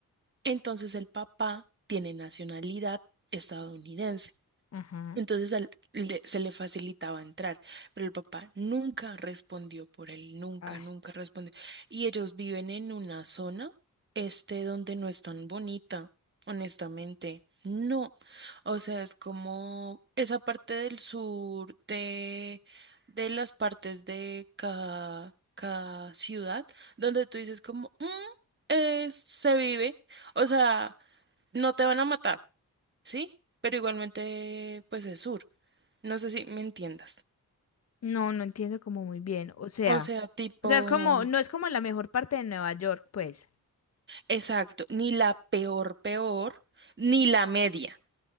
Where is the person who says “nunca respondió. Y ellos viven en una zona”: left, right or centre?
Right